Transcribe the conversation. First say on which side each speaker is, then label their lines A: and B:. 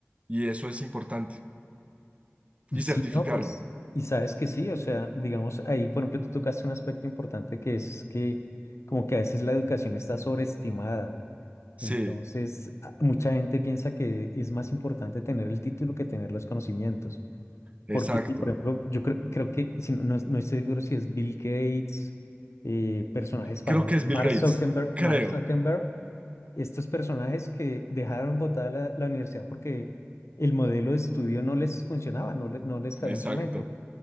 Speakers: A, on the right; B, on the left.
A: Y eso es importante.
B: Y
A: Y
B: si
A: certificarla.
B: no, pues, y sabes que sí, o sea, digamos, ahí, por ejemplo, tú tocaste un aspecto importante que es que como que a veces la educación está sobreestimada.
A: Sí,
B: Entonces, a- mucha gente piensa que es más importante tener el título que tener los conocimientos.
A: exacto.
B: Porque sí, por ejemplo, yo creo, creo que, si no, no- no estoy seguro si es Bill Gates, eh, personajes famosos,
A: Creo que es Bill
B: Mark
A: Gates.
B: Zuckerberg,
A: Creo.
B: Mark Zuckerberg, estos personajes que dejaron botada la, la universidad porque el modelo de estudio no les funcionaba, no, le- no les cabía
A: Exacto.
B: en su mente